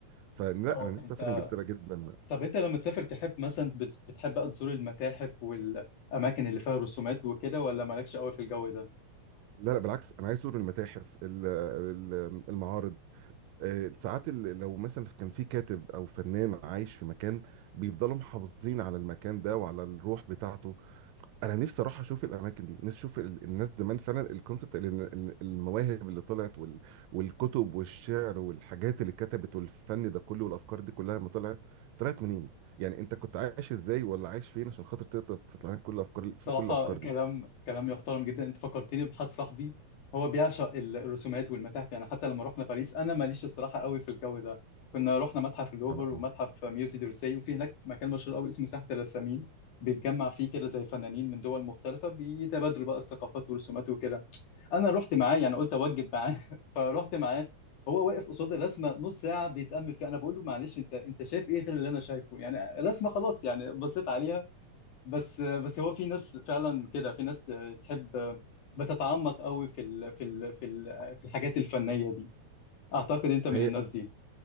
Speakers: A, on the right; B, on the left.
A: فلا
B: اه
A: انا نفسي
B: انت
A: اسافر انجلترا جدا
B: طب انت لما تسافر تحب مثلا بت- بتحب بقى تزور المتاحف والاماكن اللي فيها رسومات وكده ولا مالكش قوي في الجو ده
A: لا لا بالعكس انا عايز ازور المتاحف ال- ال- المعارض آه، ساعات ال- لو مثلا كان في كاتب او فنان عايش في مكان بيفضلوا محافظين على المكان ده وعلى الروح بتاعته انا نفسي اروح اشوف الاماكن دي نفسي اشوف ال- الناس زمان فعلا الكونسبت المواهب اللي طلعت وال... والكتب والشعر والحاجات اللي اتكتبت والفن ده كله والافكار دي كلها لما طلعت طلعت منين يعني انت كنت عايش ازاي ولا عايش فين عشان خاطر تقدر تطلع لك كل الافكار في
B: الصراحة
A: كل الافكار
B: كلام
A: دي
B: كلام يحترم جدا انت فكرتني بحد صاحبي هو بيعشق الرسومات والمتاحف يعني حتى لما رحنا باريس انا ماليش الصراحة قوي في الجو ده كنا رحنا متحف اللوفر
A: اه
B: ومتحف
A: اه
B: ميوزي دورسي وفي هناك مكان مشهور قوي اسمه ساحة الرسامين بيتجمع فيه كده زي فنانين من دول مختلفة بيتبادلوا بقى الثقافات والرسومات وكده انا رحت معاه يعني قلت اوجب معاه <laughs> فرحت معاه هو واقف قصاد الرسمة نص ساعة بيتأمل فيها انا بقول له معلش انت انت شايف ايه غير اللي انا شايفه يعني رسمة خلاص يعني بصيت عليها بس بس هو في ناس فعلا كده في ناس تحب بتتعمق قوي في ال في ال في ال في الحاجات الفنية دي اعتقد انت من
A: هي
B: الناس دي